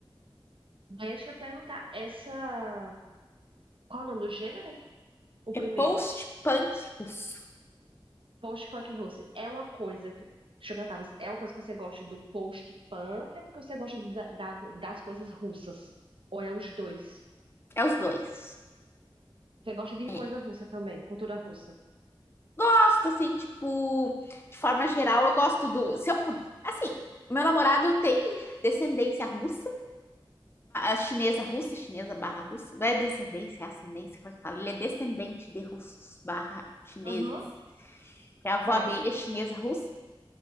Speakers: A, on the right; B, on the left.
A: Deixa eu perguntar, essa. Qual é o nome do gênero? O
B: É
A: primeiro.
B: post-punk russo.
A: Post-punk russo é uma coisa que. Deixa eu perguntar, você- é uma coisa que você gosta do post-punk? É porque você gosta da- da- das coisas russas? Ou é os dois?
B: É os dois.
A: Você gosta de
B: É.
A: coisa russa também, cultura russa?
B: Gosto, assim, tipo, de forma geral, eu gosto do. Se eu, pu- assim, meu namorado tem descendência russa, chinesa russa, chinesa barra russa. Não é descendência, é ascendência, como é que fala? Ele é descendente de russos barra chineses.
A: Uhum,
B: É A avó
A: certo.
B: dele é chinesa russa.